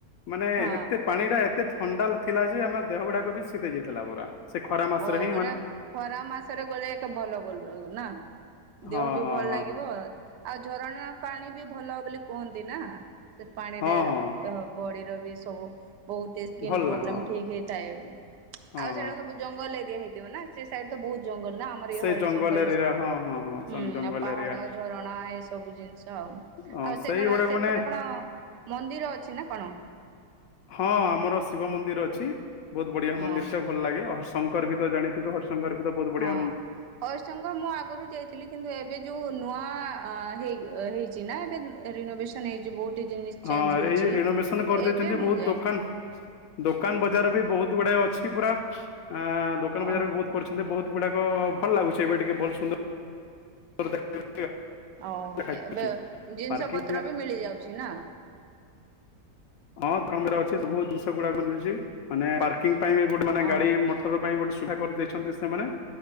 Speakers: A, on the left; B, on the right.
A: ମାନେ
B: ହଁ।
A: ଏତେ ପାଣି ଟା ଏତେ ଥଣ୍ଡା ଥିଲା ଯେ ଆମେ ଦେହ ଗୁଡାକ ବି ଶିତେଇ ଯାଇଥିଲା ପୁରା ସେ ଖରା ମାସରେ
B: ଓ
A: ହିଁ
B: ମାନେ ଖରା ମାସରେ ଗଲେ ଏକେ ଭଲ ନା ନା
A: ହଁ
B: ଦେହ ବି ଭଲ
A: ହଁ
B: ଲାଗିବ। ଆଉ ଝରଣା ପାଣି ବି ଭଲ ବୋଲି କୁହନ୍ତି ନା ସେ ପାଣିରେ
A: ହଁ ହଁ ହଁ ହଁ
B: ଦେହ ବଡିର ବି <inaudible> ବହୁତ ସ୍କିନ
A: ଭଲ
B: ପ୍ରୋବ୍ଲେମ
A: ହଁ
B: ଠିକ ହେଇଥାଏ
A: ହଁ
B: ଆଉ ସେଇଟା
A: ହଁ।
B: ସବୁ ଜଙ୍ଗଲ ଏରିଆ ହେଇଥିବ ନା ସେ ସାଇଡ ବହୁତ ଜଙ୍ଗଲ ନା ଆମର ଏଇ
A: ସେଇ
B: ହରିଶଙ୍କର
A: ଜଙ୍ଗଲ ଏରିଆ ହଁ ହଁ ହଁ
B: ହୁଁ
A: ଜଙ୍ଗଲ
B: ଆଉ ପାହାଡ
A: ଏରିଆ
B: ଝରଣା ଏ ସବୁ ଜିନ୍ସ ଆଉ
A: ହଁ ସେଇଗୁଡାକ
B: ସେ କଣ ସେଇଠି
A: ମାନେ
B: କଣ ମନ୍ଦିର ଅଛି ନା କଣ?
A: ହଁ ଆମର ଶିବ ମନ୍ଦିର ଅଛି ବହୁତ ବଢିଆ
B: ଅ
A: ମନ୍ଦିର ଟେ ଭଲ ଲାଗେ ଶଙ୍କର ବି ତ ଜାଣିଥିବେ ହରିଶଙ୍କର ବି ତ ବହୁତ ବଢିଆ
B: ହଁ ହରିଶଙ୍କର ମୁଁ ଆଗରୁ ଯାଇଥିଲି। କିନ୍ତୁ ଏବେ ଯୋଉ ନୂଆ ହେଇ ହେଇଛି ନା ଏବେ ରିନୋଭେସନ ହେଇଛି ବହୁତ ଜିନିଷ ଚେଞ୍ଜ
A: ହଁଏ
B: ହେଇଛି
A: ଯଉ ରେନୋଭେସନ କରିଦେଇଛନ୍ତି
B: ଏବେ ମୁଁ
A: ବହୁତ
B: ଯାଏନି।
A: ଦୋକାନ ଦୋକାନ ବଜାର ବି ବହୁତ ଗୁଡାଏ ଅଛି ପୁରା ଆ ଦୋକାନ
B: ଓ
A: ବଜାର ବି ବହୁତ କରିଛନ୍ତି ବହୁତ ଗୁଡାକ ଭଲ ଲାଗୁଛି ଏବେ ଟିକେ ଭଲ ସୁନ୍ଦର <inaudible>
B: ଓ
A: ଦେଖାଯାଉଛି
B: ଏବେ ଜିନିଷ
A: ପାର୍କିଂ
B: ପତ୍ର ବି ମିଳି ଯାଉଛି ନା
A: ହଁ ପ୍ରମ୍ ରେ ଅଛି ସବୁ ଜିନିଷ ଗୁଡାକ ମିଲୁଛି ମାନେ ପାର୍କିଂ ପାଇଁ ବି ମାନେ ଗୋଟେ ଗାଡ଼ି
B: ଓ
A: ମାନେ ଗାଡି ମଟର ପାଇଁ ଅଛି। କରିଦେଇଛନ୍ତି ସେମାନେ